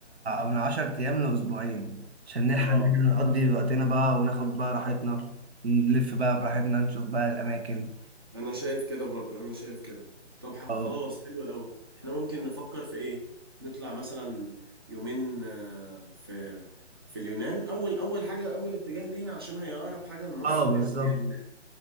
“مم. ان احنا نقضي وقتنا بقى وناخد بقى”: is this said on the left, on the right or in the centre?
Right